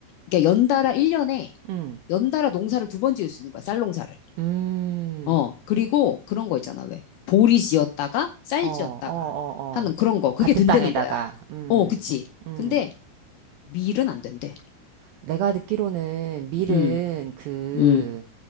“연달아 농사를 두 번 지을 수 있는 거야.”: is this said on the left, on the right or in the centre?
Left